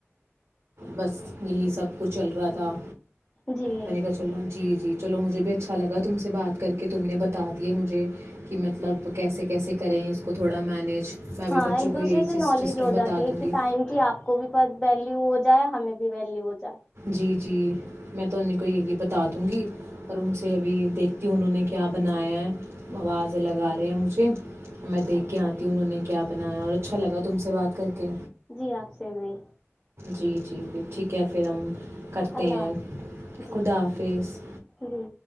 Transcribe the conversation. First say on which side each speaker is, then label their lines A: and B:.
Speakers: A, on the right (about 70°); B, on the left (about 20°).
A: بس یہی سب کچھ چل رہا تھا
B: جی
A: پ کا چولہ جی جی چلو مجھے بھی اچھا لگا تم سے بات کر کے تم نے بتا دیے مجھے کہ مطلب کیسے کیسے کریں اس کو تھوڑا مینیج میں بھی
B: ہاں
A: بچوں
B: ایک
A: کو
B: دوسرے
A: یہی چیز
B: سے نالج
A: سسٹم
B: ہو
A: بتا
B: جاتی ہے
A: دوں
B: کہ
A: گی
B: ٹائم کی آپ کو بھی ویلی و ہو جائے ہمیں بھی ویلیو ہو جائے
A: جی جی میں تونی کو یہی بتا دوں گی اور ان سے ابھی دیکھتی ہوں انہوں نے کہ آپ بنایا ہے آوازیں لگا رہے ہیں مجھے میں دیکھ
B: اچھا
A: کے آتی ہوں انہوں نے کیا بنایا اور اچھا لگا تم سے بات کر کے
B: جی آپ سے بھی
A: جی جی ٹھیک ہے پھر ہم کرتے
B: اللہ
A: ہیں
B: حافظ
A: خدا
B: جی
A: حافظ
B: جی